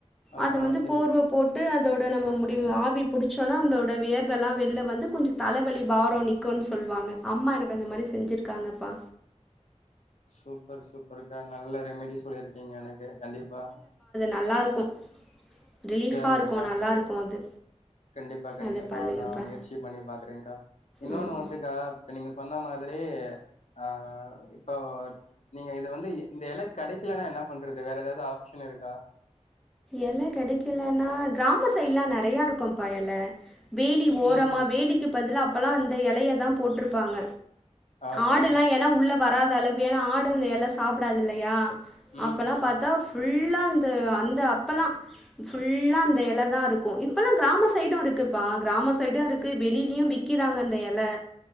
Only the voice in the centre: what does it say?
அத
வந்து
போர்வ போட் டு அதோட நம்ம முடி ஆவி புடிச்சோன்னா நம்ளோட வேர்வல்லா வெள்ல வந்து கொஞ்சோ தலவலி, பாரோ நிக்கு சொல்வாங்க அம்மா எனக் அந்த மாரி செஞ்சிருக்காங்கப்பா
நல்லாருக்கு ரிலீஃபா
இருக்கு நல்லாருக்கு அது
அதை பண்ணுங்கப்பா
ம்
எல கெடைக்கலன்னா கிராமோ சைட்ல்லா நெறைய இருக்கும்ப்பா எல வேலி ஓரமா
வேலிக்கு பதில் அப்பல்லா அந்த எலைய தா போட்ருப்பாங்க
ஆடுல்லா
ஏனா உள்ள வராதளவுக்கு ஏனா ஆடு அந்த எல சாப்டாதில்லையா
அப்பல்லா
பாத்தா ஃபுல்லா அந்த அந்த
ஃபுல்லா அந்த இலை தா இருக்கு இப்பெல்லா கிராம சைடு இருக்குப்பா கிராம சைடு இருக்கு வெளிலயு வி விக்குறாங்க அந்த இலை